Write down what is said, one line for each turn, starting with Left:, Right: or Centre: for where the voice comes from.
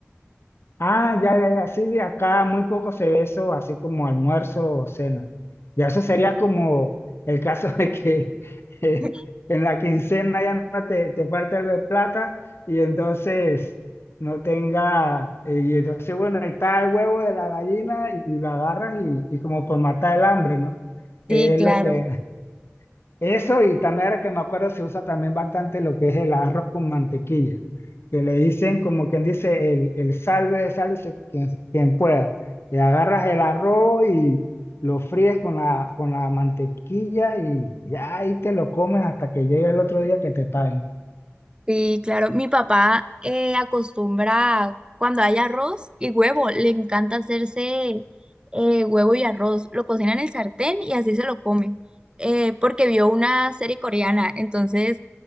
Left: Ah, ya, ya, ya, sí, sí, acá muy poco se ve eso, así como almuerzo o cena. Ya eso sería como el caso de que <laughs> eh,
Right: <laughs>
Left: en la quincena ya no te, te falta algo de plata y entonces no tenga, eh, y entonces bueno, ahí está el huevo de la gallina y lo agarras y, y como por matar el hambre, ¿no? Es
Right: Sí, claro,
Left: lo que, eso, y también ahora que me acuerdo, se usa también bastante lo que es el arroz con mantequilla, que le dicen como quien dice el, el salve, sálvese quien, quien pueda. Y agarras el arroz y lo fríes con la, con la mantequilla y ya ahí te lo comes hasta que llegue el otro día que te paguen.
Right: sí, claro. Mi papá eh, acostumbra cuando hay arroz y huevo, le encanta hacerse eh, huevo y arroz. Lo cocina en el sartén y así se lo come, eh, porque vio una serie coreana. Entonces